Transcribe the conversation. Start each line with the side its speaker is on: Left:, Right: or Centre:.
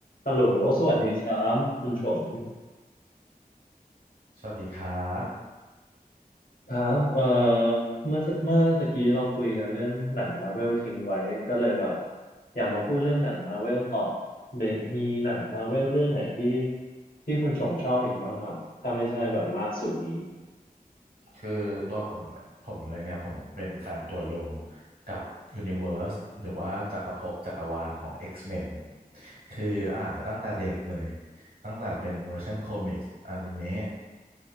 Left: ฮัลโหลสวัสดีครับคุณชง
Right: สวัสดีครับ
Left: ครับเอ่อเมื่อเมื่อตะกี้เราคุยกันเรื่องหนังมาเวลทิ้งไว้ก็เลยแบบอยากมาพูดเรื่องหนังมาเวลต่อเบกมีหนังมาเวลเรื่องไหนที่ที่คุณชงชอบอีกบ้างครับ ถ้าไม่ใช่แบบล่าสุดนี้
Right: คือตัวผมผมเลยเนี่ยผมเป็นแฟนตัวยงกับ Universe หรือว่าจักรภพจักรวาลของ X-Men คืออ่านมาตั้งแต่เด็กเลย ตั้งแต่เป็นเวอร์ชันคอมิกส์อนิเมะ